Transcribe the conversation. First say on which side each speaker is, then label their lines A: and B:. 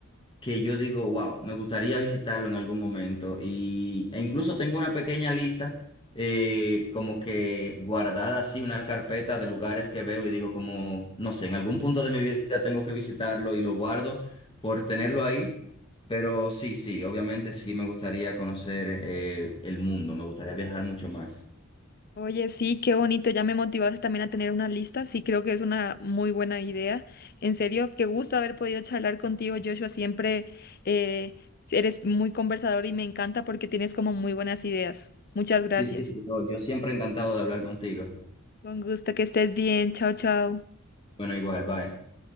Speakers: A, on the left (about 25°); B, on the left (about 45°).
A: que yo digo, wow, me gustaría visitarlo en algún momento. Y, e incluso tengo una pequeña lista, eh, como que guardada así, una carpeta de lugares que veo y digo como, no sé, en algún punto de mi vida tengo que visitarlo y lo guardo por tenerlo ahí. Pero sí, sí, obviamente sí me gustaría conocer eh, el mundo, me gustaría viajar mucho más.
B: Oye, sí, qué bonito, ya me motivaste también a tener una lista, sí, creo que es una muy buena idea. En serio, qué gusto haber podido charlar contigo, Joshua, siempre eh, eres muy conversador y me encanta porque tienes como muy buenas ideas. Muchas gracias.
A: Sí, sí, yo, yo siempre encantado de hablar contigo.
B: Con gusto, que estés bien, chao, chao.
A: Bueno, igual, bye.